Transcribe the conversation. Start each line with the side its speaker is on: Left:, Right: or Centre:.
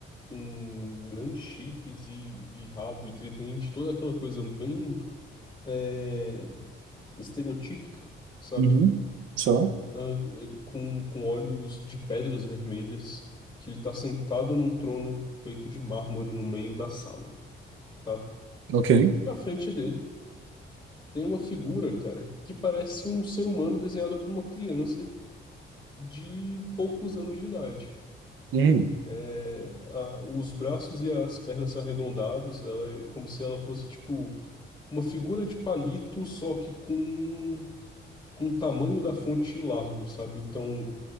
Left: com grandes chifres e, e rabo e tridente, toda aquela coisa bem é, estereotípica, sabe?
Right: Uhum. Só?
Left: Ah, ele- com, com olhos de pedras vermelhas, que ele tá sentado num trono feito de mármore no meio da sala, tá?
Right: Ok.
Left: Na frente dele tem uma figura, cara, que parece um ser humano desenhado por uma criança de poucos anos de idade.
Right: Hum.
Left: É, A- os braços e as pernas são arredondados, ela é como se ela fosse, tipo, uma figura de palito, só que com, com o tamanho da fonte largo, sabe? Então